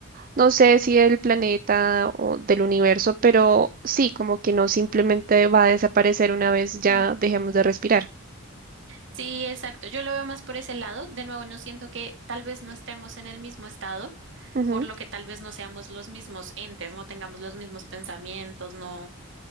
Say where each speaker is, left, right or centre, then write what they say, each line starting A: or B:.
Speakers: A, on the right; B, on the right.
A: no sé si del planeta o del universo, pero sí, como que no simplemente va a desaparecer una vez ya
B: Ujú.
A: dejemos de respirar.
B: Sí, exacto. Yo lo veo más por ese lado. De nuevo, no siento que tal vez no estemos en el mismo estado,
A: Ujú.
B: por lo que tal vez no seamos los mismos entes, no tengamos los mismos pensamientos, no,